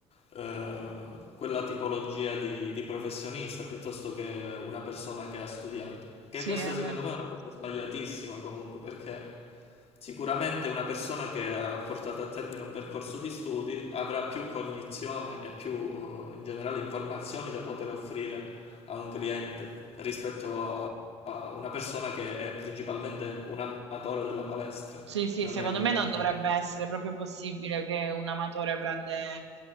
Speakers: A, on the left; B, on the right.
A: eh, quella tipologia di, di professionista piuttosto che una persona che ha studiato. Che
B: sì,
A: questo
B: è vero.
A: secondo me è una cosa sbagliatissima comunque, perché sicuramente una persona che ha portato a termine un percorso di studi avrà più cognizione e più eh, in generale informazioni da poter offrire a un cliente rispetto a a una persona che è principalmente un amatore della palestra,
B: Sì, sì,
A: non
B: secondo
A: è un,
B: me non
A: eh,
B: dovrebbe essere proprio possibile che un amatore prende